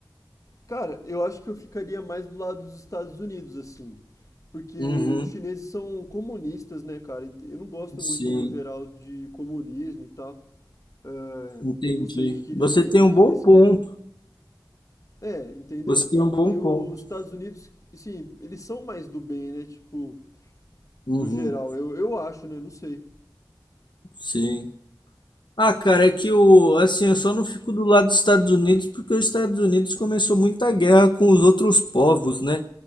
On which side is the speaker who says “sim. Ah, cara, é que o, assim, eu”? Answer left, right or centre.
Left